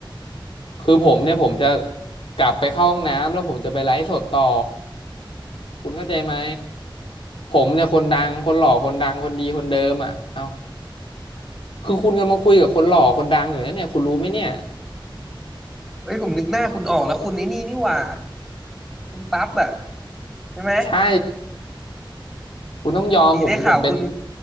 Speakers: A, on the left (about 85°); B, in the centre.
A: คือผมเนี่ยผมจะกลับไปเข้าห้องน้ำแล้วผมจะไปไลฟ์สดต่อคุณเข้าใจไหมผมเนี่ยคนดังคนหล่อคนดังคนดีคนเดิมอ่ะเอ้าคือคุณกำลังคุยกับคนหล่อคนดังอยู่นะเนี่ยคุณรู้ไหมเนี่ย
B: เอ้ยผมนึกหน้าคุณออกแล้วคุณนี่นี่นี่หว่าคุณปั๊บอ่ะใช่ไหม
A: ใช่คุณต้องยอมผมผมเป็น
B: หนีได้ข่าวคุณ